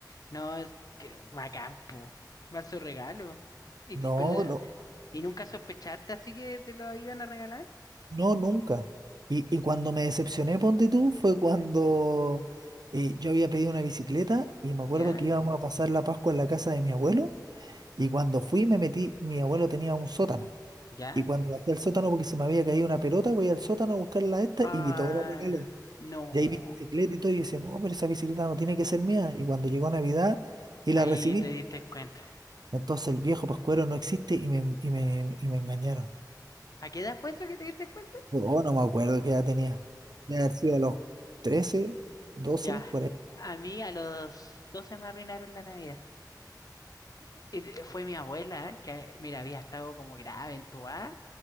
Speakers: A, on the left; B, on the right.
A: No, es que va a campo. Va a su regalo. Y,
B: No,
A: ti- pero,
B: no,
A: ¿y nunca sospechaste así que te lo iban a regalar?
B: no, nunca. Y, y cuando me decepcioné, ponte tú, fue cuando eh, yo había pedido una bicicleta y me acuerdo
A: ¿Ya?
B: que íbamos a pasar la Pascua en la casa de mi abuelo y cuando fui me metí, mi abuelo tenía un sótano
A: ¿Ya?
B: y cuando bajé al sótano porque se me había caído una pelota, voy al sótano a buscar la esta
A: Ah,
B: y vi todos los regalos.
A: no.
B: Y ahí vi bicicleta y todo y decía, no, pero esa bicicleta no tiene que ser mía. Y cuando llegó Navidad y
A: Ahí
B: la recibí,
A: te diste cuenta.
B: entonces el viejo pascuero no existe y me, y me, y me engañaron.
A: ¿A qué edad fue eso que te diste cuenta?
B: Oh, no me acuerdo qué edad tenía. De haber sido a los trece doce
A: Ya.
B: por ahí.
A: A mí a los 12 me arruinaron la Navidad. Y te- Fue mi abuela, que mira, había estado como grave, entubada,